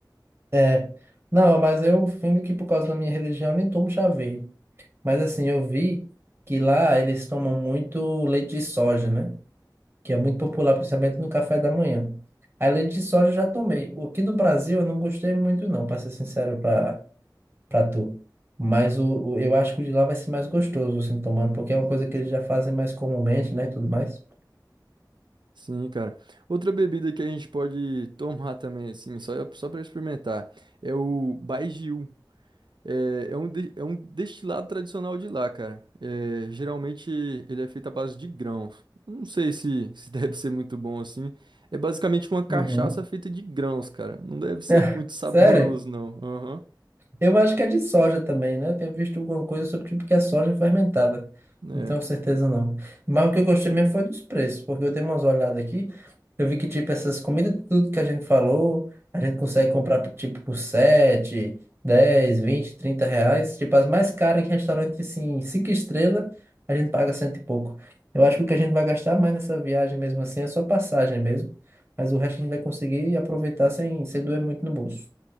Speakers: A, on the right; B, on the right.
A: É. Não, mas eu fingo que por causa da minha religião eu nem tomo chá verde. Mas assim, eu vi que lá eles tomam muito leite de soja, né? que é muito popular, principalmente no café da manhã. A leite de soja eu já tomei. O aqui do Brasil eu não gostei muito, não, para ser sincero para para tu. Mas o, o- eu acho que o de lá vai ser mais gostoso, assim, tomando, porque é uma coisa que eles já fazem mais comumente, né, e tudo mais.
B: Sim, cara. Outra bebida que a gente pode tomar também, assim, só, só para experimentar, é o baijiu. É, é um, de- é um destilado tradicional de lá, cara. É, geralmente ele é feito à base de grãos. Eu Não sei se, se <laughs> deve ser muito bom assim. É basicamente uma cachaça
A: Uhum.
B: feita de grãos, cara. Não deve ser
A: <laughs>
B: muito saboroso,
A: Sério?
B: não. Aham.
A: Eu acho que é de soja também, né? Eu tinha visto alguma coisa sobre tipo que é soja fermentada.
B: É.
A: Não tenho certeza não. Mas o que eu gostei mesmo foi dos preços, porque eu dei umas olhadas aqui. Eu vi que tipo essas comidas, tudo que a gente falou, a gente consegue comprar por, tipo por 7, 10, 20, 30 reais. Tipo as mais caras em restaurante assim, 5 estrelas, a gente paga cento e pouco. Eu acho que o que a gente vai gastar mais nessa viagem mesmo assim é só passagem mesmo. Mas o resto a gente vai conseguir aproveitar sem, sem doer muito no bolso.